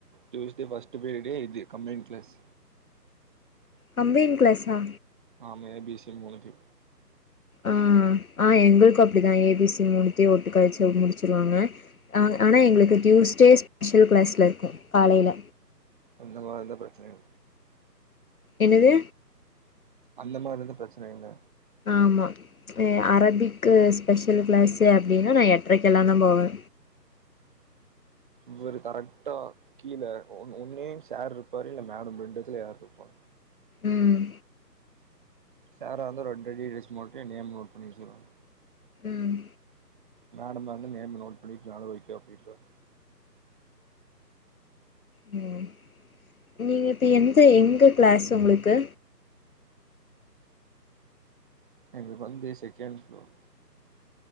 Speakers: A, on the right; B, on the left.
A: தூஸ்டே ஃபஸ்ட் பிரியடு இது கம்பென் கிளாஸ்
B: கம்பென் கிளாஸா
A: ஆமா ஏ பி சி மூணுத்தியு
B: ஆ ஆ எங்களுக்கு அப்டிதா ஏ பி சி மூணுத்தியு ஒட்டுக்கா வச்சு அதுக் முடிச்சுருவாங்க ஆ ஆனா எங்குளுக்கு டியூஸ்டே ஸ்பெஷல் கிளாஸ்ல இருக்கு காலேல
A: இங்கலா எந்த பிரச்னையு
B: என்னது
A: அந்த மாரி எது பிரச்சனை இல்ல
B: ஆமா எ அரபிக்கு ஸ்பெஷல் கிளாஸு அப்டினா நா எட்ரைக்கெல்லாந்தா போவ
A: இவரு கரெக்ட்டா கீழ ஒன் ஒன்னு சார் இருப்பாரு இல்ல மேடம் ரெண்டுதுல யார் இருப்பா
B: ம்
A: சாரா இரந்தா ரெண்டு அடி அடிஸ்ட் மட்டு ஏன் நேம் நோட் பண்ணி வச்சுருவாங்க
B: ம்
A: மேடமா இருந்தா நேம் நோட் பண்ணிக்லனாலு ஓகே அப்டின்வாங்க
B: ம் நீங்க இப்போ எந்த எங்க கிளாஸ் உங்குளுக்கு
A: எங்ளுக் வந்து செக்கெண் ஃப்ளோர்